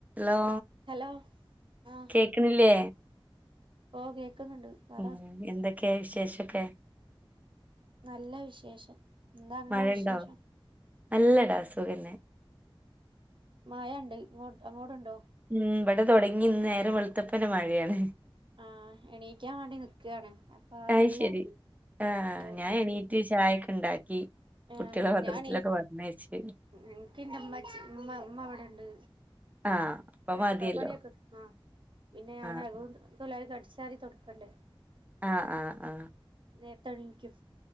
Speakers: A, on the right; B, on the right.
A: Law
B: hello ആ
A: കേക്ക്ണില്ലേ
B: ഓ കേക്കുന്നുണ്ട് പറ
A: ഉം എന്തൊക്കെ വിശേഷക്കെ
B: നല്ല വിശേഷം എന്താ ഇങ്ങളെ
A: മഴണ്ടോ
B: വിശേഷം
A: നല്ലടാ സുഖന്നെ
B: മഴ ഉണ്ട് ഇങ്ങോട്ട് അങ്ങോട്ടുണ്ടോ
A: ഉം ഇവിടെ തൊടങ്ങി ഇന്ന് നേരം വെളത്തപ്പന്നെ മഴയാണ്
B: ആഹ് എണീക്കാൻ വേണ്ടി നിക്കാണ് അതീലാ
A: അയ്ശരി ആഹ്
B: ഏഹ്
A: ഞാൻ എണീറ്റ് ചായൊക്കെ ഉണ്ടാക്കി
B: ആഹ്
A: കുട്ടികളെ മദ്രസയിലൊക്കെ
B: ഞാണി
A: പറഞ്ഞയച്ച്
B: എൻക്ക് ന്റെ ഇമ്മച്ചി ഉമ്മ ഉമ്മ ഇവിടണ്ട്
A: ആഹ് അപ്പൊ
B: അടുക്കള
A: മതിയല്ലോ
B: പണിയൊക്ക ആ പിന്നെ ഞാന
A: ആഹ്
B: അതൊണ്ട് കൊലായി അടിച്ചാരി തൊട്ക്കണ്ടേ
A: ആഹ് ആഹ് ആഹ്
B: നേർത്തെണീക്കും